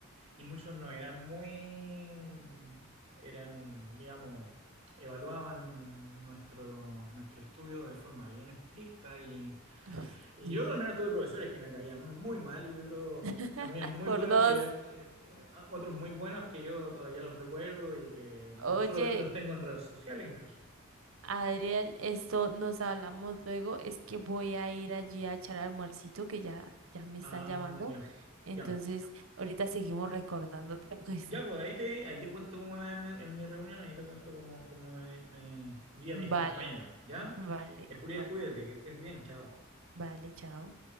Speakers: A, on the right; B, on the right.
A: y muchos no eran muy, eran, digamos, evaluaban nuestro, nuestro estudio de forma bien estricta y
B: <laughs>
A: y
B: Sí.
A: yo al menos tuve profesores que me caían muy mal y otros
B: <laughs>
A: también muy
B: Por
A: buenos
B: dos.
A: que, que- que- otros muy buenos que yo todavía los recuerdo y que incluso
B: Oye,
A: lo- los tengo en redes sociales incluso.
B: Adriel, esto nos hablamos luego. Es que voy a ir allí a echar almuercito, que ya, ya me están
A: Ah,
B: llamando.
A: ya,
B: Entonces,
A: ya.
B: ahorita seguimos recordando <laughs> todo eso.
A: Ya, pues ahí te, ahí te cuento cómo me, me- en mi reunión, ahí te cuento cómo, cómo me, me vi a
B: Vale,
A: mis compañeros, ¿ya?
B: vale,
A: Ya, Julián,
B: vale,
A: cuídate, que estés bien, chao.
B: vale, chao.